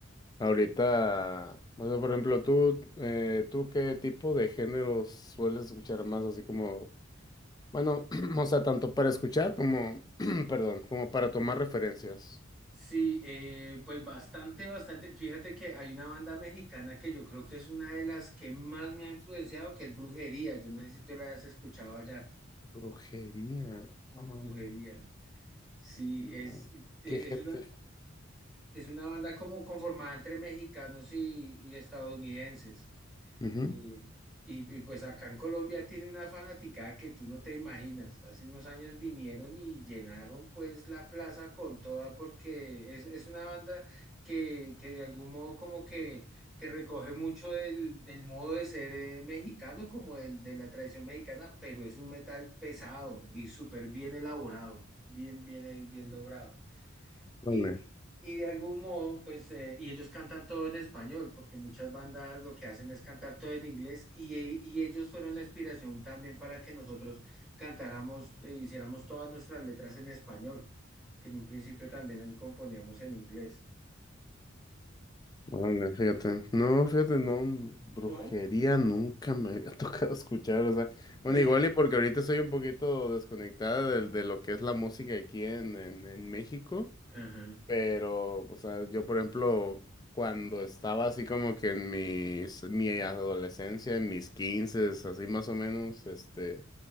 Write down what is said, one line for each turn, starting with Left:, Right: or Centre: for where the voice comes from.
Left: ahorita, o sea, por ejemplo, tú, eh, ¿tú qué tipo de géneros sueles escuchar más? Así como, bueno, <clears throat> o sea, tanto para escuchar como, <clears throat> perdón, como para tomar referencias.
Centre: Sí, eh, pues bastante, bastante. Fíjate que hay una banda mexicana que yo creo que es una de las que más me ha influenciado, que es Brujería. Yo no sé si tú la has escuchado allá.
Left: Brujería. ah,
Centre: Brujería. Sí,
Left: no.
Centre: es, es
Left: ¿Qué, gé-
Centre: una.
Left: qué?
Centre: Es una banda como conformada entre mexicanos y, y estadounidenses.
Left: ujú,
Centre: Y, y- y pues acá en Colombia tiene una fanaticada que tú no te imaginas. Hace unos años vinieron y llenaron pues la plaza con toda porque es, es una banda que, que de algún modo como que, que recoge mucho del, del modo de ser eh, mexicano, como del, de la tradición mexicana, pero es un metal pesado y súper bien elaborado, bien, bien, bien logrado.
Left: ujú,
Centre: Y, y de algún modo, pues, eh, y ellos cantan todo en español, porque muchas bandas lo que hacen es cantar todo en inglés, y, eh, y ellos fueron la inspiración también para que nosotros cantáramos e hiciéramos todas nuestras letras en español, que en un principio también componíamos en inglés,
Left: Vale, fíjate. No, fíjate, no, brujería
Centre: ¿no?
Left: nunca me había <laughs> tocado escuchar, o sea,
Centre: <laughs>
Left: bueno, igual y porque ahorita estoy un poquito desconectada del- de, lo que es la música aquí en, en, en México,
Centre: Ajá.
Left: pero, o sea, yo por ejemplo, cuando estaba así como que en mis, mi adolescencia, en mis quinces, así más o menos, este,